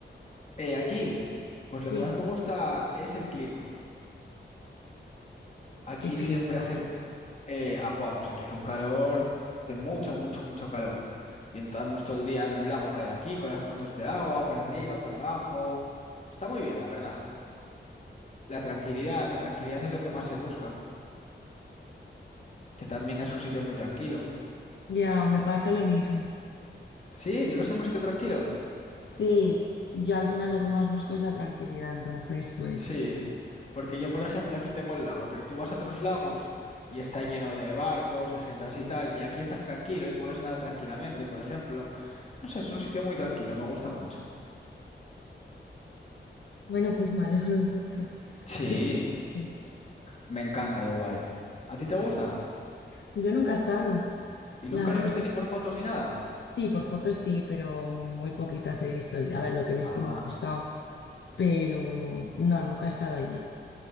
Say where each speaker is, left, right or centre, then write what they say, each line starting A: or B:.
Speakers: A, on the left; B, on the left.
A: eh, aquí, pues
B: Sí,
A: lo que más me gusta es el clima. Aquí
B: qué clima
A: siempre hace
B: hay.
A: Eh, ah, buah, pues aquí hace un calor, hace mucho, mucho, mucho calor. Y entramos todo el día en un lago que hay aquí, con las motos de agua, para arriba, para abajo. Está muy bien, la verdad. La tranquilidad, la tranquilidad es lo que más se busca, que también es un sitio muy tranquilo.
B: Ya, me pasa lo mismo.
A: Sí, ¿vives en un sitio tranquilo?
B: Sí, yo al final lo que más busco es la tranquilidad, entonces pues...
A: Sí, porque yo, por ejemplo, aquí tengo el lago, pero tú vas a otros lagos y está lleno de barcos, de gente así y tal, y aquí estás tranquilo y puedes nadar tranquilamente, por ejemplo. No sé, es un sitio muy tranquilo, me gusta mucho.
B: Bueno, pues me alegro mucho
A: Sí.
B: que te guste.
A: Me encanta Dubái. ¿A ti te gusta?
B: Yo nunca he estado,
A: ¿Y nunca
B: la verdad.
A: lo viste ni por fotos ni nada?
B: Sí, por fotos sí, pero muy poquitas he visto. Y a ver, lo que he visto
A: Ah,
B: me ha gustado, pero no, nunca he estado allí.